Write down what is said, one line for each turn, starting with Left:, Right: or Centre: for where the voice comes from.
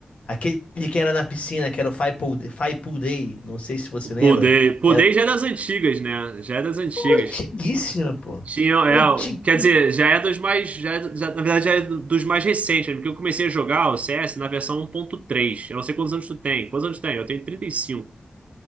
Left: Aquele que era na piscina, que era o Five Pool, Five Pool Day, não sei se você
Right: O Pool
Left: lembra.
Right: Day. Pool
Left: Era
Right: Day já é das antigas, né? Já é das antigas.
Left: pô, antiguíssima, pô.
Right: Tinha,
Left: Antiguíssima.
Right: é, é, quer dizer, já é dos mais, já, é do- já- na verdade já é do- dos mais recentes, né? porque eu comecei a jogar o CS na versão um ponto três Eu não sei quantos anos tu tem. Quantos anos tu tem? Eu tenho 35.